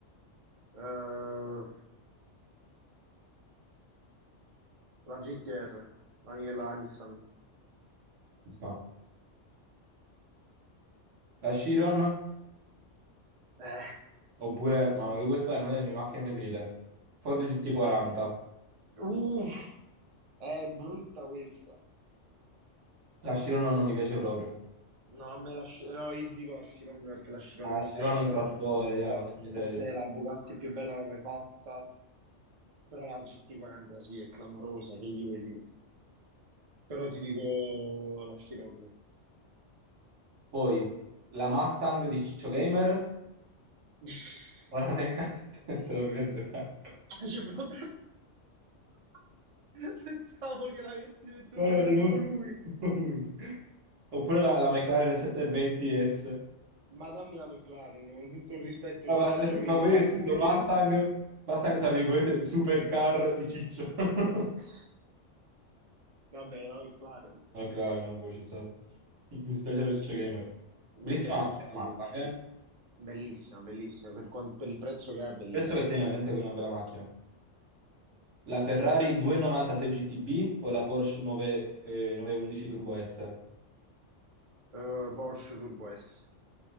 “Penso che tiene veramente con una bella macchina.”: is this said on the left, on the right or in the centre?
Right